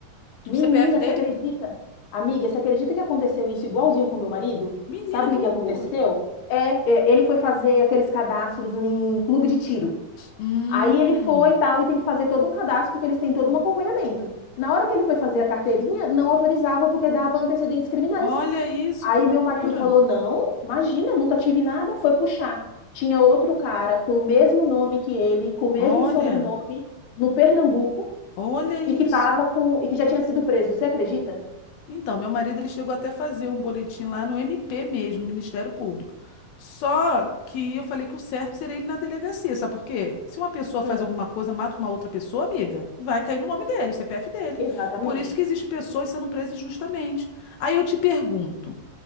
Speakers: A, on the left (about 65°); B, on the left (about 85°).
A: Menina,
B: O CPF dele?
A: você acredita? Amiga, você acredita que aconteceu isso igualzinho com meu marido?
B: Menina,
A: Sabe
B: que
A: o que
B: loucura!
A: que aconteceu? É, é, ele foi fazer aqueles cadastros em clube de tiro.
B: Hum,
A: Aí ele foi e tal, e tem que fazer todo um cadastro porque eles têm todo um acompanhamento. Na hora que ele foi fazer a carteirinha, não autorizavam porque dava antecedentes criminais.
B: olha isso,
A: Aí
B: que loucura!
A: meu marido falou: Não, imagina, nunca tive nada. Foi puxar. Tinha outro cara com o mesmo nome que ele, com o mesmo
B: Olha,
A: sobrenome, no Pernambuco,
B: olha isso.
A: e que tava com, e que já tinha sido preso. Você acredita?
B: Então, meu marido ele chegou até a fazer um boletim lá no MP mesmo, no Ministério Público. Só que eu falei que o certo seria ele na delegacia, sabe por quê? Se uma pessoa
A: Hum,
B: faz alguma coisa, mata uma outra pessoa, amiga, vai cair no nome dele, o CPF dele.
A: exatamente.
B: Por isso que existe pessoas sendo presas injustamente. Aí eu te pergunto,